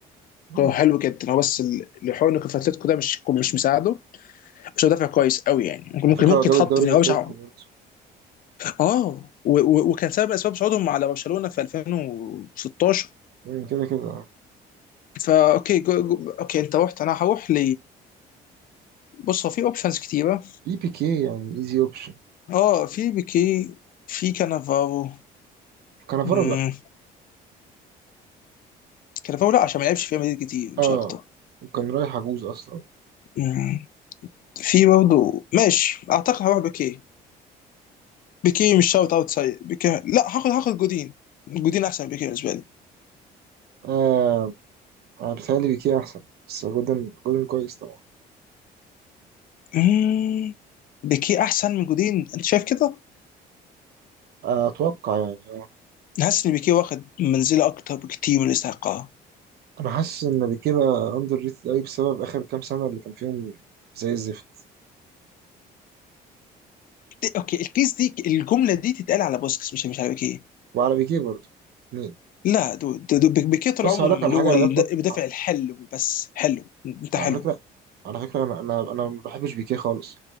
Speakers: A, on the right; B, on the left.
A: مم.
B: حلو جدا هو بس ال- الحوار انه كان في اتلتيكو ده مش مش مساعده مش مدافع كويس قوي يعني ممكن
A: على
B: ممكن
A: فكرة
B: ممكن
A: هو جاب
B: يتحط
A: الدوري
B: في
A: الأتليتيكو
B: هو مش عارف.
A: برضه
B: اه و- و- وكان سبب من اسباب صعودهم على برشلونه في 2016
A: مم، كده كده
B: فا اوكي جو جو اوكي انت رحت انا هروح ل بص هو في اوبشنز كتيره
A: في بيكي يعني ايزي اوبشن
B: اه في بيكي في كانافارو
A: كانافارو
B: مم،
A: لأ
B: كانافارو لا عشان ما لعبش في ريال مدريد كتير
A: اه
B: مش اكتر
A: وكان رايح عجوز أصلا
B: مم، في برضه ماشي اعتقد هروح بيكي بيكي مش شوت اوت سيء بيكي لا هاخد هاخد جودين جودين احسن بكتير بالنسبه لي
A: آه أنا بيتهيألي بيكي أحسن بس جولدن جولدن كويس طبعا
B: مم. بيكيه احسن من جودين انت شايف كده
A: آه أتوقع يعني اه
B: حاسس ان بيكيه واخد منزله اكتر بكتير من الاستحقاق
A: أنا حاسس إن بيكي بقى أندر ريتد أوي بسبب آخر كام سنة اللي كان فيهم زي الزفت
B: دي- اوكي البيس دي الجمله دي تتقال على بوسكس مش مش على بيكيه
A: وعلى بيكي برضه اتنين
B: لا دول دول بيكيه طول
A: بص
B: عمره
A: هقولك
B: اللي
A: على حاجة
B: هو
A: أنا
B: المد-
A: جت فترة
B: المدافع الحلو بس حلو انت
A: على
B: حلو
A: فكرة على فكرة أنا أنا أنا ما بحبش بيكيه خالص